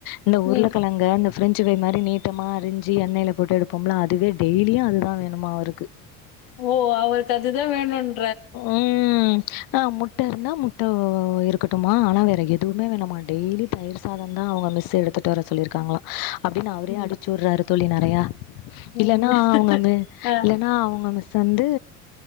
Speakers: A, on the left; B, on the left.
A: இந்த உருளைக்கிழங்க
B: ம்
A: இந்த ஃப்ரெஞ்சு ஃப்ரை மாரி நீட்டமா அரிஞ்சு எண்ணெய்ல போட்டு எடுப்போம்ல அதுவே டெயலியும் அதுதான் வேணுமாும் அவருக்கு
B: ஓ அவருக்கு அதுதான் வேணும்னு
A: ம் ஆ முட்டை இருந்தா முட்ட இருக்கட்டுமா ஆனா வேற எதுவுே வேணும்ம்மா டெய்லி தயிர் சாதம் தான் அவங்க மிஸ் எடுத்துட்டு வர சொல்லியிருக்காங்களா அப்படின்னு அவரே
B: ம்
A: அடிச்சு விடுறாரு தோழி நறையா இல்லன்னா
B: ம்
A: அவங்க
B: ஆ
A: இல்லனா அவங்க மிஸ் வந்து